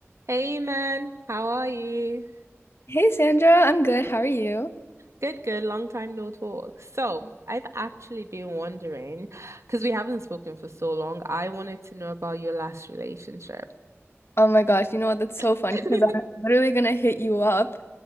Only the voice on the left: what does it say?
Hey Sandra, I'm good. How are you?
Oh my gosh, you know what? That's so
funny because I'm literally gonna hit you up